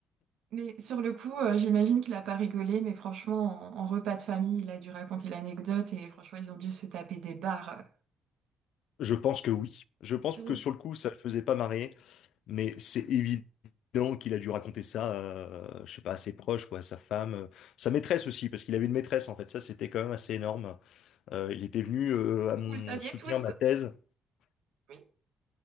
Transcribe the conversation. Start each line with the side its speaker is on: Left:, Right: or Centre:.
Right: Mais sur le coup, euh, j'imagine qu'il a pas rigolé, mais franchement, en, en repas de famille, il a dû raconter l'anecdote et franchement, ils ont dû se taper des barres.
Left: Je pense que oui. Je pense
Right: Euh,
Left: que
Right: Oui,
Left: sur le coup, ça le faisait pas marrer, mais c'est évident qu'il a dû raconter ça, euh, je sais pas, à ses proches, quoi, à sa femme, euh, sa maîtresse aussi, parce qu'il avait une maîtresse en fait. Ça, c'était quand même assez énorme. Euh, il était venu euh, à mon
Right: vous le saviez
Left: soutenir
Right: tous.
Left: ma thèse.
Right: Oui,